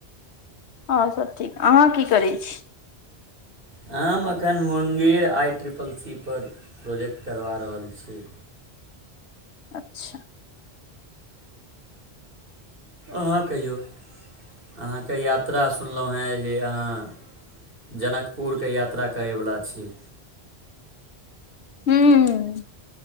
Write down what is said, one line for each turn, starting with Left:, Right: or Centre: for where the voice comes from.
Left: ओर सभ ठीक, अहाँ की करै छी?
Right: हम एखन मुंगेर आइ ट्रिपल सी पर प्रोजेक्ट करबा रहल छी।
Left: अच्छा
Right: अहाँ कहियौ, अहाँके यात्रा सुनलहुँ हेँ जे अहाँ जनकपुरके यात्रा करैवला छी।
Left: हँ,